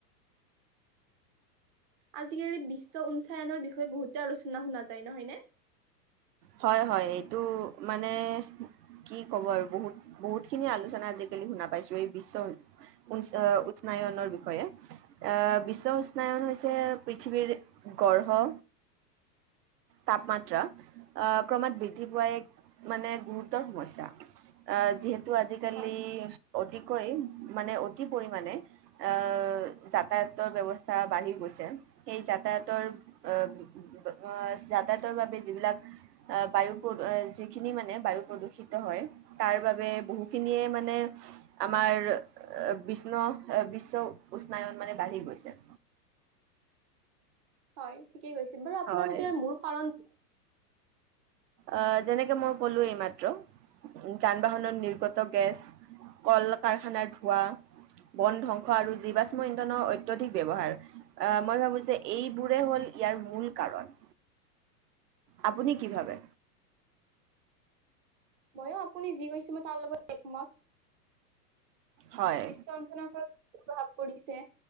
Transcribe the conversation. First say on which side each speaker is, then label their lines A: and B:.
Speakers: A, on the right; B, on the right.
A: আজিকালি বিশ্ব উঞ্চায়নৰ বিষয়ে বহুতে আলোচনা শুনা যায় নহয় নে?
B: হয় হয় এইটো মানে কি কব আৰু বহুত বহুত খিনি আলোচনা আজিকালি শুনা পাইছো এই বিশ্ব উঞ্চ উষ্ণায়নৰ বিষয়ে। আহ বিশ্ব উষ্ণায়ন হৈছে পৃথিৱীৰ গঢ়হ তাপমাত্ৰা আ ক্ৰমাৎ বৃদ্ধি পোৱা এক মানে গুৰুত্বৰ সমস্যা আ যিহেত তু আজিকালি
A: হয়
B: অতিকৈ মানে অতি পৰিমানে আ যাতায়াতৰ ব্যৱস্থা বাঢ়ি গৈছে সেই যাতায়াতৰ আ হয় যাতায়াতৰ বাবে যিবিলাক আ বায়ু প্ৰদু যিখিনি মানে বায়ু প্ৰদূষিত হয় তাৰ বাবে বহুখিনিয়ে মানে আমাৰ বিষ্ণ বিশ্ব উষ্ণায়ন মানে বাঢ়ি গৈছে।
A: হয় ঠিকেই কৈছিল বাৰু আপোনাৰ
B: হয়
A: মতে মূল কাৰণ
B: অ যেনেকে মই ক'লো এইমাত্ৰ যান-বাহনত নিৰ্গত গেছ কল-কাৰখানাৰ ধোৱা বন ধ্বংস আৰু জীৱাষ্ম ইন্ধনৰ অত্যধিক ব্যৱহাৰ। আ, মই ভাবো যে এইবোৰে হ'ল ইয়াৰ মূল কাৰণ। আপুনি কি ভাবে?
A: মইও আপুনি যি কৈছে মই তাৰ লগত একমত।
B: হয়
A: বিশ্ব উঞ্চনাৰ ফলত প্ৰভাৱ পৰিছে